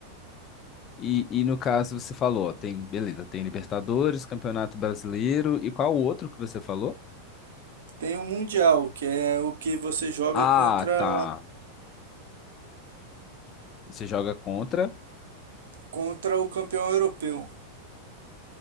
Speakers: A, on the left; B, on the right.
A: E, e no caso, você falou, ó, tem, beleza, tem Libertadores, Campeonato Brasileiro, e qual o outro que você falou?
B: Tem o Mundial, que é o que você joga
A: Ah,
B: contra,
A: tá. Você joga contra,
B: contra o campeão europeu.